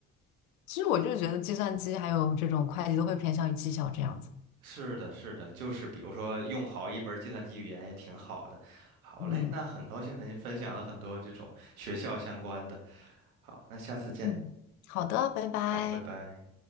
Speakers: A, on the left; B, on the right.
A: 其实我就觉得计算机还有这种会计都会偏向于绩效这样子。
B: 是的，是的，就是比如说用好一门计算机语言也挺好的。好嘞，
A: 嗯
B: 那很高兴和您分享了很多这种学校相关的。好，那下次见。
A: 嗯，好的，拜拜。
B: 好，拜拜。